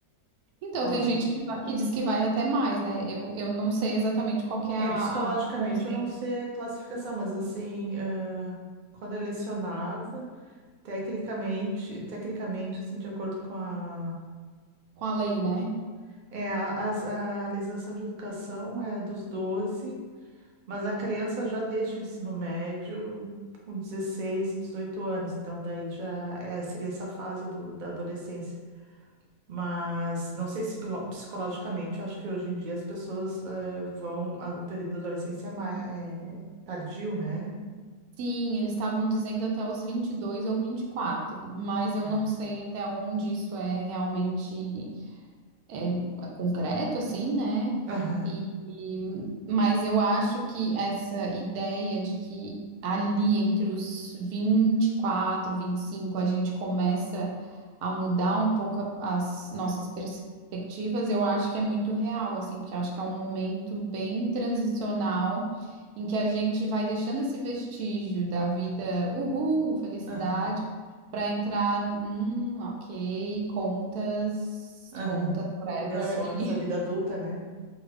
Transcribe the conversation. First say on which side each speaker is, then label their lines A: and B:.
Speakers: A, on the right; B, on the right.
A: Então,
B: Aos
A: tem gente
B: 20.
A: que, va- que diz que vai até mais, né? Eu, eu não sei exatamente qual que é
B: É,
A: a,
B: psicologicamente,
A: a- o consenso
B: eu não sei a classificação, mas assim, ah, quando eu lecionava, tecnicamente, tecnicamente, assim, de acordo com a,
A: com a lei,
B: com-
A: né?
B: é, a, as- a legislação de educação é dos 12. Mas a criança já deixa o ensino médio com 16 e 18 anos, então daí já é- seria essa fase do- da adolescência. Mas não sei se pilo- psicologicamente, eu acho que hoje em dia as pessoas eh, vão. a- o período da adolescência é, ma- é tardio, né?
A: Sim, eles estavam dizendo até os 22 ou vinte e quatro mas eu
B: É.
A: não sei até onde isso é realmente. é concreto, assim, né?
B: Aham,
A: E, e- mas eu acho que essa ideia de que ali entre os vinte vinte e quatro vinte e cinco a gente começa a mudar um pouco a- as nossas perspectivas, eu acho que é muito real, assim, porque eu acho que é um momento bem transicional em que a gente vai deixando esse vestígio da vida, uhul, felicidade,
B: aham,
A: para entrar no, hum, ok, contas.
B: aham.
A: Contas
B: Obrigações,
A: Ever e
B: a vida adulta, né?